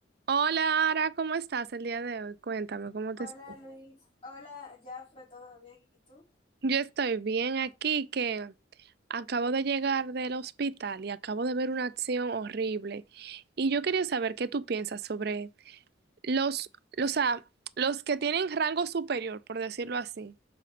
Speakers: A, on the right (about 55°); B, on the left (about 30°).
A: Hola, Ara, ¿cómo estás el día de hoy? Cuéntame, ¿cómo te
B: Hola
A: sientes?
B: Luis, hola Jafre, ¿todo bien? ¿Y tú?
A: Yo estoy bien aquí, que acabo de llegar del hospital y acabo de ver una acción horrible. Y yo quería saber qué tú piensas sobre los, o sea, los que tienen rango superior, por decirlo así,